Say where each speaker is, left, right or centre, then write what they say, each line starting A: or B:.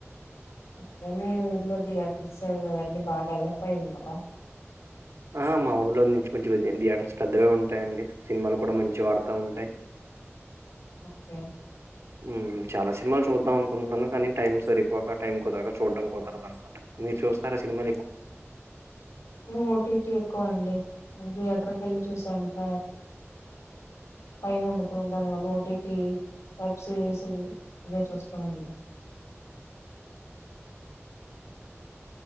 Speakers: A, on the left; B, on the right.
A: అట్లానె ఊళ్లోటివ సో అవన్నీ బాగా డెవలప్ అయింది కదా
B: ఆ మా ఊర్లో నుంచి కొంచెం థియేటర్స్ పెద్దగా ఉంటాయండి సినిమాలు కూడా మంచివి ఆడతా ఉంటాయి
A: ఓకే
B: ఊ చాలా సినిమాలు చూద్దాం అనుకుంటున్నాను టైమ్ సరిపోక టైం కుదరక చూడడం కుదరదు అన్నమాట మీరు చూస్తార సినిమాలు ఎక్కువ
A: ఓటీటీ ఎక్కువ అండి థియేటర్కి వెళ్ళి చూసే అంత టైం ఉండదు దానివల్ల ఓటీటి వెబ్ సిరీస్ ఇవే చూస్తామండి.